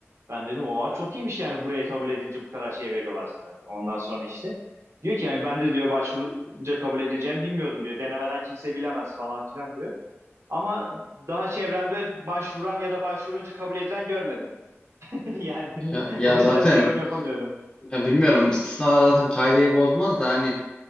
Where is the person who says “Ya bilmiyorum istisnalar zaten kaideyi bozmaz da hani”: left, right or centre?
Left